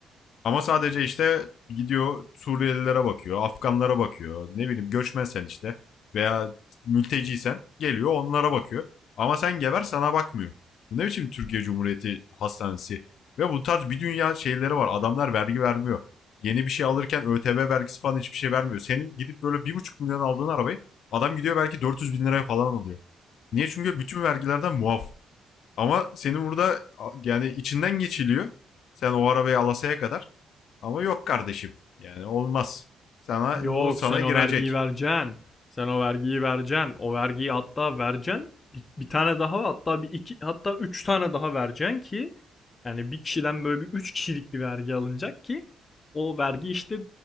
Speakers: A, on the left (about 70°); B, on the left (about 30°).
A: ama sadece işte gidiyor Suriyelilere bakıyor, Afganlara bakıyor. Ne bileyim göçmensen işte veya mülteciysen geliyor onlara bakıyor. Ama sen geber sana bakmıyor. Bu ne biçim Türkiye Cumhuriyeti hastanesi? Ve bu tarz bir dünya şeyleri var. Adamlar vergi vermiyor. Yeni bir şey alırken ÖTV vergisi falan hiçbir şey vermiyor. Senin gidip böyle bir buçuk milyon aldığın arabayı adam gidiyor belki 400 bin liraya falan alıyor. Niye? Çünkü bütün vergilerden muaf. Ama senin burada yani içinden geçiliyor. Sen o arabayı alasaya kadar. Ama yok kardeşim. Yani olmaz. Sana
B: Yok
A: onu sana
B: sen o
A: girecek.
B: vergiyi vereceksin. Sen o vergiyi vereceksin. O vergiyi hatta vereceksin. Bir, bir tane daha hatta bir iki hatta üç tane daha vereceksin ki yani bir kişiden böyle bir üç kişilik bir vergi alınacak ki o vergi işte